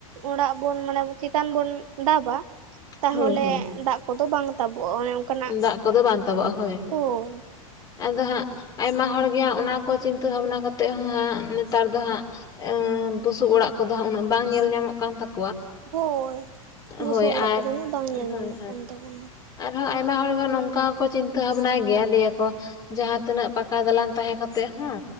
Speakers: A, on the right (about 75°); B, on the left (about 20°).
A: ᱚᱲᱟᱜ ᱵᱚᱱ ᱢᱟᱱᱮ ᱪᱮᱛᱟᱱ ᱵᱚᱱ ᱫᱟᱵᱟ, ᱛᱟᱦᱚᱞᱮ
B: ᱦᱳᱭ ᱦᱳᱭ
A: ᱫᱟᱜ ᱠᱚᱫᱚ ᱵᱟᱝ ᱛᱟᱵᱚᱜᱼᱟ ᱚᱱᱮ ᱚᱱᱼᱼ
B: ᱫᱟᱜ ᱠᱚᱫᱚ ᱵᱟᱝ ᱛᱟᱵᱟᱜᱼᱟ ᱦᱳᱭ,
A: ᱦᱳᱭ
B: ᱟᱫᱚ ᱦᱟᱸᱜ ᱟᱭᱢᱟ ᱦᱚᱲ ᱜᱮ ᱦᱟᱸᱜ ᱚᱱᱟ ᱠᱚ ᱪᱤᱱᱛᱟᱹ ᱵᱷᱟᱵᱱᱟ ᱠᱟᱛᱮᱜ ᱦᱚᱸ ᱦᱟᱸᱜ ᱱᱮᱛᱟᱨ ᱫᱚ ᱦᱟᱸᱜ, ᱵᱩᱥᱩᱵ ᱚᱲᱟᱜ ᱠᱚᱫᱚ ᱦᱟᱸᱜ ᱩᱱᱟᱹᱜ ᱵᱟᱝ ᱧᱮᱞ ᱧᱟᱢᱚᱜ ᱠᱟᱱ ᱛᱟᱠᱚᱣᱟ
A: ᱦᱳᱭ, ᱵᱩᱥᱩᱵ
B: ᱦᱳᱭ
A: ᱚᱲᱟᱜ
B: ᱟᱨ
A: ᱠᱚᱫᱚ ᱩᱱᱟᱹᱜ ᱵᱟᱝ ᱧᱮᱞ
B: ᱦᱳᱭ
A: ᱧᱟᱢᱚᱜ
B: ᱦᱳᱭ
A: ᱠᱟᱱ ᱛᱟᱵᱚᱱᱟ᱾
B: ᱟᱨᱦᱚᱸ ᱟᱭᱢᱟ ᱦᱚᱲ ᱫᱚ ᱱᱚᱝᱠᱟ ᱦᱚᱸᱠᱚ ᱪᱤᱱᱛᱟᱹ ᱵᱷᱟᱵᱱᱟᱭ ᱜᱮᱭᱟ ᱞᱟᱹᱭᱟᱠᱚ, ᱡᱟᱦᱟᱸ ᱛᱤᱱᱟᱹᱜ ᱯᱟᱠᱟ ᱫᱟᱞᱟᱱ ᱛᱟᱦᱮᱸ ᱠᱟᱛᱮᱜ ᱦᱚᱸ